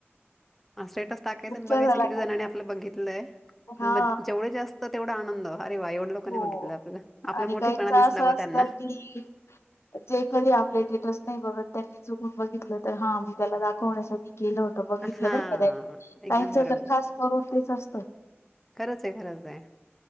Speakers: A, in the centre; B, on the left.
A: हा स्टेटस टाकायचं
B: तुमचा
A: आणि बघायचं
B: झाला
A: किती
B: का
A: जणांनी आपलं बघितलंय आणि
B: हा
A: मग जेवढे जास्त तेवढा आनंद अरे वा एवढं लोकांनी
B: हो
A: बघितलं आपलं आपला
B: आणि
A: मोठेपणा
B: काहीच
A: दिसला
B: असं
A: ब
B: असतं
A: त्यांना
B: की जे कधी आपले स्टेटस नाही बघत त्यांनी ून बघित तर हा त्याला दाखवण्या केलं बघितलं
A: हा
B: बर का काहीच
A: एकदम
B: तर
A: बरोबर
B: खास करव तेच असतं
A: खरंच आहे खरच आहे